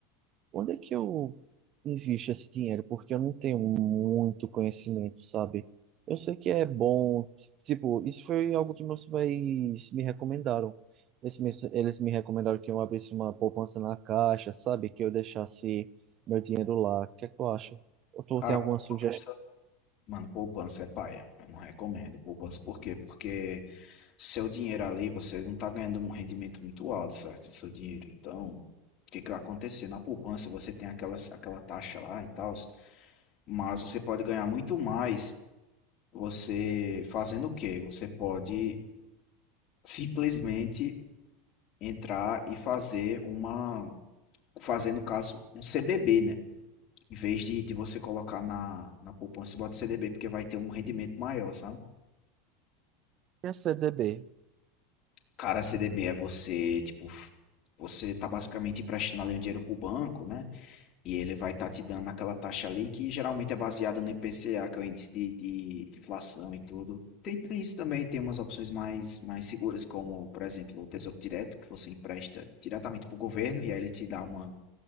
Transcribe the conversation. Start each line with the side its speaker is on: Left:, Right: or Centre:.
Right: Onde é que eu invisto esse dinheiro? Porque eu não tenho muito conhecimento, sabe? Eu sei que é bom. t- Tipo, isso foi algo que meus pais me recomendaram. Eles me, eles me recomendaram que eu abrisse uma poupança na Caixa, sabe? Que eu deixasse meu dinheiro lá. O que é que tu acha? Ou tu
Left: Cara,
Right: tem alguma
Left: poupança...
Right: sugestão?
Left: Mano, poupança é paia. Eu não recomendo poupança. Por quê? Porque seu dinheiro ali, você não tá ganhando um rendimento muito alto, certo? Do seu dinheiro. Então, o que que vai acontecer? Na poupança, você tem aquela, aquela taxa lá e tal, mas você pode ganhar muito mais Você fazendo o quê? Você pode simplesmente entrar e fazer uma, fazer no caso um CDB, né? Em vez de, de você colocar na, na poupança, você bota CDB porque vai ter um rendimento maior, sabe?
Right: E a CDB?
Left: Cara, CDB é você, tipo, você tá basicamente emprestando ali o dinheiro pro banco, né? E ele vai estar te dando aquela taxa ali que geralmente é baseada no IPCA, que é o índice de, de- de inflação e tudo. Tem, tem isso também, tem umas opções mais, mais seguras, como, por exemplo, o Tesouro Direto, que você empresta diretamente para o governo e aí ele te dá uma,